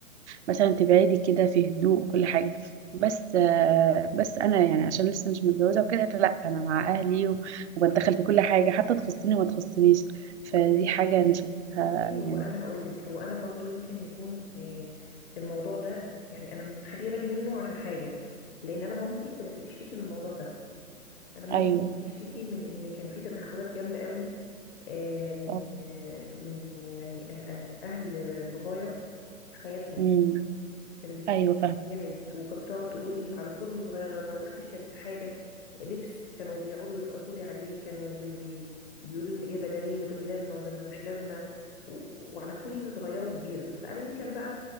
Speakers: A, on the right (about 55°); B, on the left (about 40°).
A: مثلا تبعدي كده في هدوء وكل حاجه بس آه، بس انا يعني عشان لسه مش متجوزه وكده فلا انا مع اهلي و- وبتدخل في كل حاجه حتى تخصني وما تخصنيش فدي
B: إيه
A: حاجه انا شايفها
B: بصي هو
A: يعني
B: أنا هقول لك هو أنا برضو يمكن يكون إيه الموضوع ده يعني أنا مخلية بالي منه عشان حاجة لأن أنا مامتي كانت بتشتكي من الموضوع ده أنا مامتي
A: ايوه
B: كانت بتشتكي من إن كان في تدخلات جامدة قوي آه، من
A: اه
B: آه، من يعني آه، آه، أهل بابايا في حياتها
A: امم
B: كانت بتشتكي
A: ايوه فاهم
B: جامد وكانت بتقعد تقول على كل صغيرة أنا لو رحت اشتريت حاجة لبس كانوا بيقعدوا يوقفوا لي عليه كانوا بي بي بيقولوا انت جايبة ده ليه وده ليه لازمة وده ملوش لازمة و- وعلى كل صغيرة وكبيرة فأنا يمكن بقى